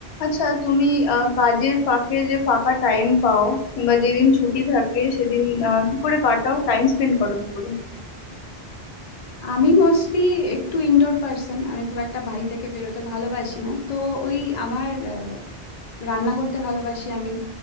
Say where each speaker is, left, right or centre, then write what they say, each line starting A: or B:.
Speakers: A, on the left; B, on the left.
A: আচ্ছা তুমি আহ, কাজের ফাঁকে যে ফাঁকা টাইম পাও কিংবা যেদিন ছুটি থাকে সেদিন আহ, কি করে কাটাও টাইম স্পেন্ড করো কি করে
B: আমি মোস্টলি একটু indoor person আমি খুব একটা বাড়ি থেকে বেরোতে ভালোবাসি না তো ওই আমার আহ, রান্না করতে ভালোবাসি আমি